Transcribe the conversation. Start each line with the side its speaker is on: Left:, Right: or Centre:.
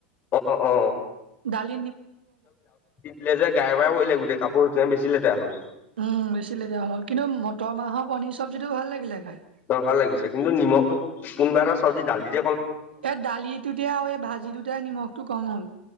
Left: অ অ
Right: দালি
Left: দি দিলে যে গাই বাই পৰিলে গোটেই কাপোৰ বেছি লেতেৰা হ'ল
Right: উম বেছি লেগীয়া হ হ'ল কিন্তু মটৰ মাহৰ পনীৰ চব্জিটো ভাল লাগিলে খাই
Left: অ ভাল লাগিছে কিন্তু নিমখটোোক কোনোবা এটা চব্জি ডাল দি দ
Right: এই দালিটোতে আৰু এই ভাজিটোতে নিমখটো কম হ'ল